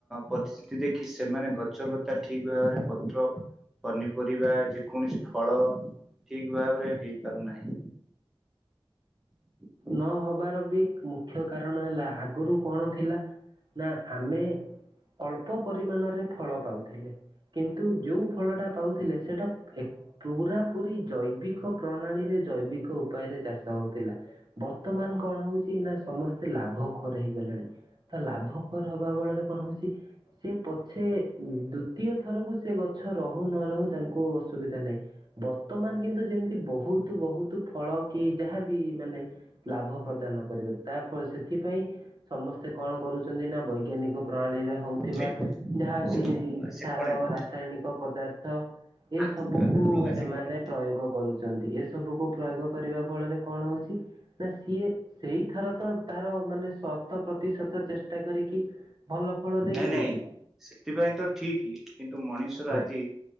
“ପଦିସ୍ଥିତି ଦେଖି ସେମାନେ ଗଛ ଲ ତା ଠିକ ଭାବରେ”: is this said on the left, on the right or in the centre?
Centre